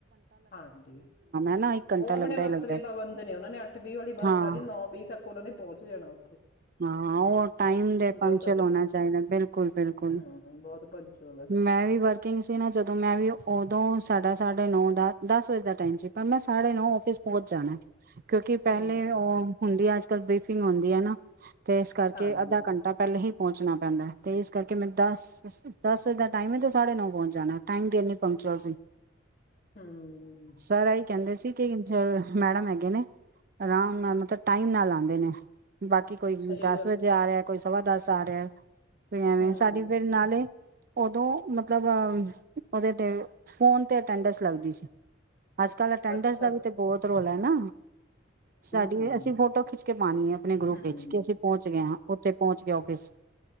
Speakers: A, on the left (about 40°); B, on the right (about 45°).
A: ਹਾਂਜੀ,
B: ਹਨਾ ਇੱਕ ਘੰਟਾ
A: ਔ ਆਪਣੇ
B: ਲੱਗਦਾ
A: ਵਕਤ
B: ਹੀ ਲੱਗਦਾ
A: ਦੇ
B: ਹੈ।
A: ਪਾਬੰਦ ਨੇ ਔਨਾਂ ਨੇ ਅੱਠ ਵੀਹ ਵਾਲੀ ਬੱਸ
B: ਹਾਂ
A: ਦਾ ਵੀ ਨੋ ਵੀਹ ਤੱਕ ਔਨਾਂ ਨੇ ਪੌਂਚ ਜਾਣੈ ਔ
B: ਹਾਂ ਔ ਟਾਈਮ ਦੇ ਪੰਚਲ
A: ਉਹ ਕਦੇ
B: ਹੋਣਾ ਚਾਹੀਦੈ, ਬਿਲਕੁਲ ਬਿਲਕੁਲ।
A: ਹੂੰ, ਬਹੁਤ ਪੰਚੁਅਲ ਹੈ
B: ਮੈਂ ਵੀ ਵਰਕਿੰਗ ਸੀ ਨਾ ਜਦੋਂ ਮੈਂ ਵੀ ਔਦੋਂ ਸਾਡਾ ਸਾਢੇ ਨੌ ਦਾ ਦਸ ਵਜੇ ਦਾ ਟਾਈਮ ਸੀ ਪਰ ਮੈਂ ਸਾਢੇ ਨੌ ਔਫਿਸ ਪੌੰਚ ਜਾਣੈ। ਕਿਉਂਕਿ ਪੈਲੇ
A: ਹੂੰ,
B: ਅ ਹੁੰਦੀ ਐ ਅਜ ਕਲ ਬ੍ਰੀਫਿੰਗ ਹੁੰਦੀ ਐ ਨਾ। ਤੇ ਇਸ ਕਰਕੇ
A: ਹਾਂਜੀ
B: ਅੱਧਾ ਘੰਟਾ ਪੈਲਾਂ ਹੀ ਪਹੁੰਚਣਾ ਪੈਂਦਾ ਐ ਤੇ ਇਸ ਕਰਕੇ ਮੈਂ ਦਸ ਦਸ ਵਜੇ ਦਾ ਟਾਈਮ ਏ ਤੇ ਸਾਢੇ ਨੌ ਪੌੰਚ ਜਾਣੈ ਟਾਈਮ ਦੀ ਇੰਨੀ ਪੰਕਚੁਅਲ ਸੀ।
A: ਹੂੰ,
B: ਸਰ ਐਈ ਕੈੰਦੇ ਸ ਸੀ <unintelligible> ਮੈਡਮ ਹੈਗੇ ਨੇ ਆਰਾਮ ਨਾਲ ਮਤਲਬ ਟਾਈਮ ਨਾਲ ਆਦੇ ਨੇ। ਬਾਕੀ ਕੋਈ
A: ਸਹੀ
B: ਦਸ
A: ਗੱਲ
B: ਵਜੇ ਆ ਰਿਐ ਕੋਈ ਸਵਾ ਦੱਸ ਆ ਰਿਐ। ਕੋਈ ਐਵੇਂ
A: ਹੂੰ,
B: ਸਾਡੀ ਫੇਰ ਨਾਲੇ ਔਦੋਂ ਮਤਲਬ ਔਦੇ ਤੇ ਫੋਨ ਤੇ ਅਟੈਂਡਸ ਲੱਗਦੀ ਸੀ। ਅੱਜ ਕੱਲ੍ਹ ਅਟੈਂਡਸ
A: ਅੱਛਾ
B: ਦਾ
A: ਹੂੰ,
B: ਵੀ ਤੇ ਬੋਤ ਔ ਰੋਲਾ ਏ ਨਾ। ਸਾਡੀ
A: ਹੂੰ,
B: ਅਸੀਂ ਫੋਟੋ ਖਿੱਚ ਕੇ ਪਾਣੀ ਐ ਆਪਣੇ ਗਰੁੱਪ
A: ਹੂੰ,
B: ਇਚ ਕਿ ਅਸੀਂ ਪੌਂਚ ਗਏ ਆਂ ਔਥੇ ਪੌਂਚ ਗਏ ਆ ਔਫਿਸ।